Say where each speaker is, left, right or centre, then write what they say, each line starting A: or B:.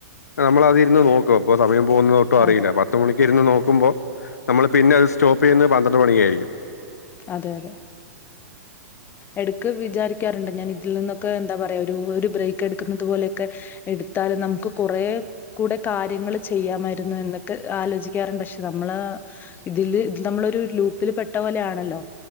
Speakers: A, on the left; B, on the left.
A: നമ്മളതിരുന്ന് നോക്കും അപ്പോ സമയം പോകുന്നതൊട്ടും അറിയില്ല.
B: അതെ
A: പത്ത് മണി ഇര്ന്ന് നോക്കുമ്പോ നമ്മള് പിന്നെ അത് സ്റ്റോപ്പ് ചെയ്യ്ന്നത് പന്ത്രണ്ട് മണിക്കായിരിക്കും.
B: അതെ അതെ. എടക്ക് വിചാരിക്കാറ്ണ്ട് ഞാൻ ഇതിൽ നിന്നൊക്കെ എന്താ പറയാ ഒരു ഒരു ബ്രേക്ക് എടുക്കുന്നത് പോലെയൊക്കെ എടുത്താല് നമുക്ക് കുറേ കൂടെ കാര്യങ്ങള് ചെയ്യാമായിരുന്നു എന്നൊക്കെ ആലോചിക്കാറുണ്ട്. പക്ഷെ നമ്മള് ഇതില് നമ്മളൊരു ലൂപ്പിൽ പെട്ട പോലെയാ ണല്ലോ?